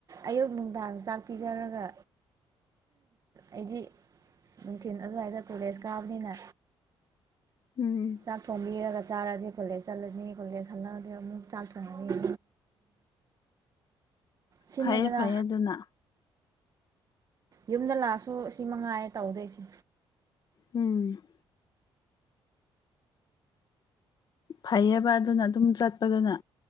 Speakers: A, on the right; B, on the left.
A: ꯑꯌꯨꯛ ꯅꯨꯡꯗꯥꯡ ꯆꯥꯛ ꯄꯤꯖꯔꯒ ꯑꯩꯗꯤ ꯅꯨꯡꯊꯤꯟ ꯑꯗꯨꯋꯥꯏꯗ ꯀꯣꯂꯦꯖ ꯀꯥꯕꯅꯤꯅ
B: ꯎꯝ
A: ꯆꯥꯛ ꯊꯣꯡꯕꯤꯔꯒ ꯆꯥꯔꯗꯤ ꯀꯣꯂꯦꯖ ꯆꯠꯂꯅꯤ ꯀꯣꯂꯦꯖ ꯍꯜꯂꯛꯑꯗꯤ ꯑꯃꯨꯛ ꯆꯥꯛ ꯊꯣꯡꯉꯅꯤ ꯁꯤꯅꯦꯗꯅ
B: ꯐꯩꯌꯦ ꯐꯩꯌꯦ ꯑꯗꯨꯅ
A: ꯌꯨꯝꯗ ꯂꯥꯛꯑꯁꯨ ꯑꯁꯤ ꯃꯉꯥꯏꯌꯦ ꯇꯧꯗꯣꯏꯁꯤ
B: ꯎꯝ ꯐꯩꯌꯦꯕ ꯑꯗꯨꯅ ꯑꯗꯨꯝ ꯆꯠꯄꯗꯨꯅ